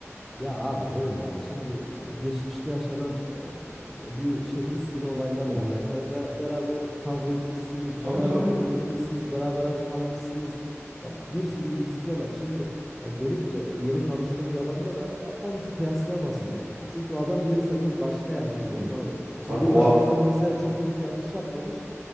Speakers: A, in the centre; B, on the right.
A: Ya abi öyle ya. Şimdi yani geçmişte yaşanan e, bir şey bir sürü olaylar
B: Hı
A: var
B: hı.
A: yani. Hani be- beraber kavga etmişsiniz,
B: Tabii
A: beraber
B: tabii.
A: yemek yemişsiniz, beraber aç kalmışsınız. Yani bir sürü bir sürü olay. Şimdi ya dönüp de yeni tanıştığın bir adamla da ya tabii ki kıyaslayamazsın
B: Ya.
A: onu. Çünkü o adam yeri sende başka yani anladın
B: Hmm,
A: mı abi?
B: Tabii
A: Bir Yıllardır
B: o
A: sana mesela çok büyük yanlış yapmamış.